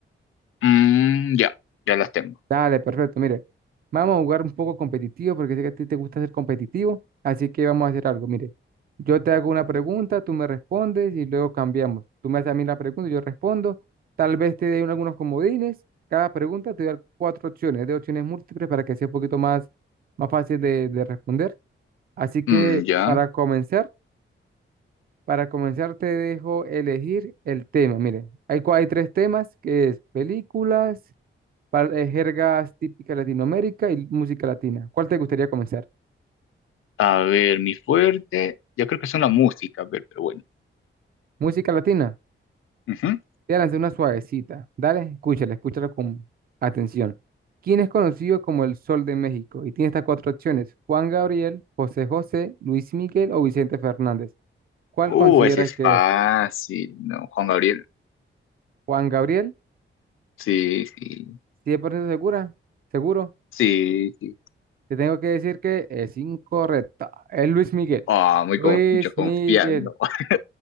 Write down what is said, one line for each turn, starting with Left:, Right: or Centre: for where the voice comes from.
Left: Mm, ya, ya las tengo.
Right: Dale, perfecto. Mire, vamos a jugar un poco competitivo porque sé que a ti te gusta ser competitivo, así que vamos a hacer algo. Mire, yo te hago una pregunta, tú me respondes y luego cambiamos. Tú me haces a mí la pregunta y yo respondo. Tal vez te dé un- algunos comodines. Cada pregunta te da cuatro opciones, de opciones múltiples para que sea un poquito más, más fácil de, de responder. Así que
Left: Mm, ya.
Right: para comenzar, para comenzar te dejo elegir el tema. Mire, hay, cua- hay tres temas que es películas pa- eh, jergas típicas de Latinoamérica y música latina. ¿Cuál te gustaría comenzar?
Left: A ver, mi fuerte. Yo creo que son la música, a ver, pero bueno.
Right: Música latina.
Left: Ujú.
Right: Te voy a una suavecita. Dale, escúchala, escúchala con atención. ¿Quién es conocido como el Sol de México? Y tiene estas cuatro opciones: Juan Gabriel, José José, Luis Miguel o Vicente Fernández. ¿Cuál
Left: Uh,
Right: consideras
Left: ese es
Right: que
Left: fácil,
Right: es?
Left: ¿no? Juan Gabriel.
Right: Juan Gabriel,
Left: Sí, sí,
Right: 100% segura, seguro.
Left: sí, sí.
Right: Te tengo que decir que es incorrecta. Es Luis Miguel.
Left: Ah, muy
Right: Luis
Left: con, mucho confianza.
Right: Miguel.
Left: <laughs>